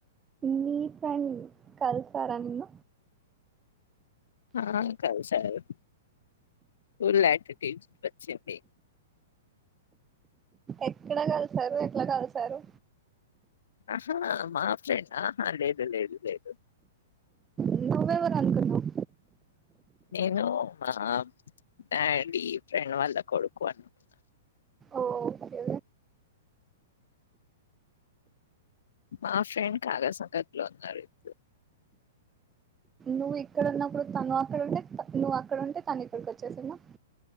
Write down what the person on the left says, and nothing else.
ఆ కలిశారు ఫుల్ యాటిట్యూడ్ వచ్చింది
ఆహా మా ఫ్రెండ్ ఆహా లేదు లేదు లేదు
నేను మా డాడీ ఫ్రెండ్ వాళ్ళ కొడుకు అనుకుున్నాను
మా ఫ్రెండ్ కాగా సంకట్లో ఉన్నారు ఇప్పుడు